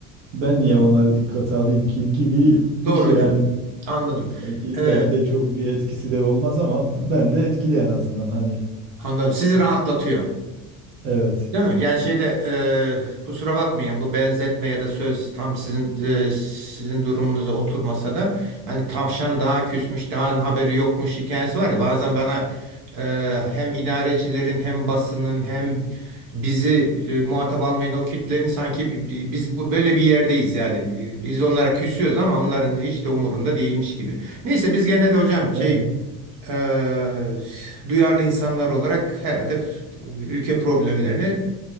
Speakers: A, on the right; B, on the right.
A: ben niye
B: Doğru.
A: onları dikkate alayım ki gibi bir
B: Doğru
A: şey
B: hocam.
A: yani
B: Anladım.
A: belki
B: Ee,
A: belki de çok bir etkisi de olmaz ama ben de etkili en azından hani
B: anladım. Sizi rahatlatıyor.
A: evet.
B: Değil mi? Yani şeyde e, kusura bakmayın bu benzetme ya da söz tam sizin e, sizin durumunuza oturmasa da hani tavşan daha küsmüş, daha haberi yokmuş hikayesi var ya bazen bana e, hem idarecilerin hem basının hem bizi e, muhatap almayan o kitlenin sanki bi- bi- biz bu böyle bir yerdeyiz yani. Biz onlara küsüyoruz ama onların hiç de umurunda değilmiş gibi. Neyse biz gene de hocam
A: Evet.
B: şey eee, duyarlı insanlar olarak herhalde ülke problemlerini